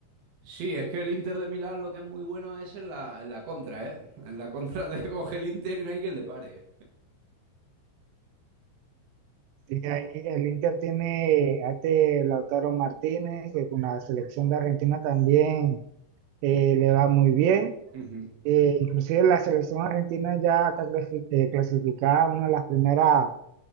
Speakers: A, on the right; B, on the right.
A: Sí, es que el Inter de Milán lo que es muy bueno es en la, en la contra, ¿eh? En la contra de <laughs> coge el Inter y no hay quien le pare.
B: Y ahí el Inter tiene a este Lautaro Martínez, que con la selección de Argentina también eh, le va muy bien.
A: Ujú.
B: Eh, inclusive la selección argentina ya está clasi- eh, clasificada, una de las primeras